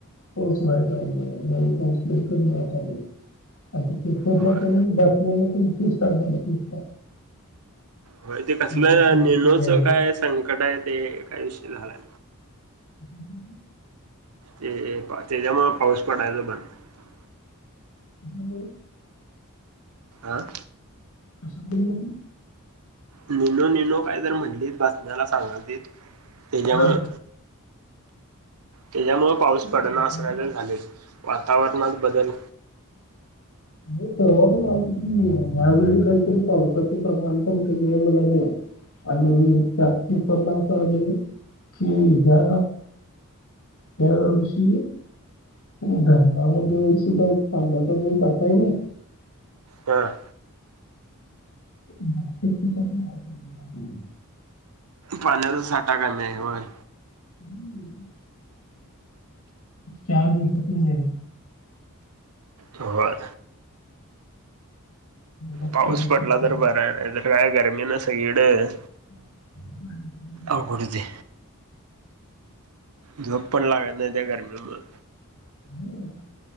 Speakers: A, on the left (about 75°); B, on the right (about 85°).
A: पाऊस व्हाय पाहिजे. यावेळी पाऊस लय कमी वाटलय <unintelligible> आणि पेपरला
B: होय
A: तेण आणि बातम्यांना पण तेच सांगाल्यात नुसता.
B: होय ते कसलं
A: एवढा पाऊस
B: नेणोचं
A: कमी आहे म्हणून.
B: काय संकट आहे, ते काय विषय झालाय.
A: हम्म.
B: ते त्याच्यामुळं पाऊस पडायला बंद हाय.
A: हॅलो.
B: आं
A: कशामुळं म्हटला.
B: निनो निनो काय तर म्हटलीत बातम्याला सांगालतित त्याच्यामुळं.
A: हां.
B: त्याच्यामुळं पाऊस पडणा
A: बातम्या
B: असं कायतर झालंय वातावरणात बदल.
A: नाही परवा पण आलतं की, ह्यावेेळी काहीतरी पावसाचं प्रमाण पण कमी आहे म्हणाले. आणि त्यात पेपरला असं आलंय की ज्या ह्या यावर्षी धरणामध्ये सुद्धा पाण्याचा जो साठा आहे नाही
B: हां.
A: दहा टक्केच्या पण आत आ <unintelligible> हे म्हणून दाखवालतीत
B: पाण्याचा साठा कमीय हाय होय.
A: हम्म. चार दिवसात
B: होय
A: <unintelligible> <unintelligible>
B: पाऊस
A: होतंय
B: पडला
A: काय
B: तर बरं आहे, नाही तर काय गर्मीनं सगळीकडं.
A: बर
B: अवघड होतंय. झोप पण लागत नाही त्या गरमीमुळं.
A: हम्म.